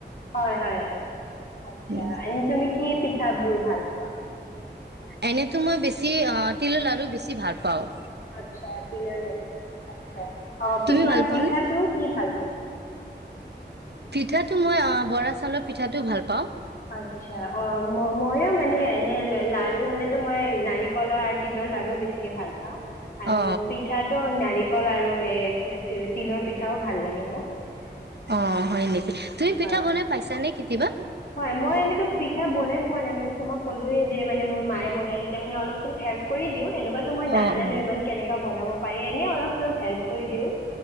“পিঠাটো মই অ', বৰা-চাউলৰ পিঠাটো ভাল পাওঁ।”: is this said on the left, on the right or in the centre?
Right